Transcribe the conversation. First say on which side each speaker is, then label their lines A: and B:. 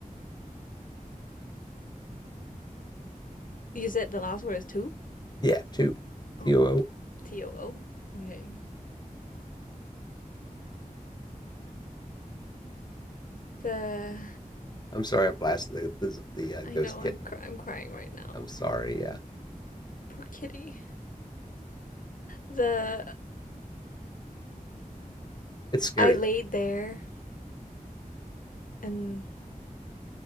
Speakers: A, on the left (about 65°); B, on the left (about 30°).
A: You said the last word is two?
B: Yeah, two.
A: Oh,
B: T O O
A: T O O. Okay. The
B: I'm sorry I blasted the the, the uh,
A: I
B: ghost
A: know I'm
B: kitten.
A: cry- I'm crying right now.
B: I'm sorry. Yeah,
A: Poor kitty. The
B: <laughs> it's scary
A: I laid
B: though.
A: there and